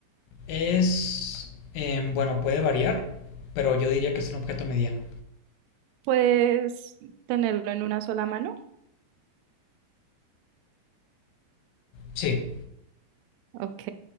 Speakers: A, on the left; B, on the right.
A: Es... em, bueno, puede variar, pero yo diría que es un objeto mediano.
B: ¿Puedes tenerlo en una sola mano?
A: Sí,
B: Ok.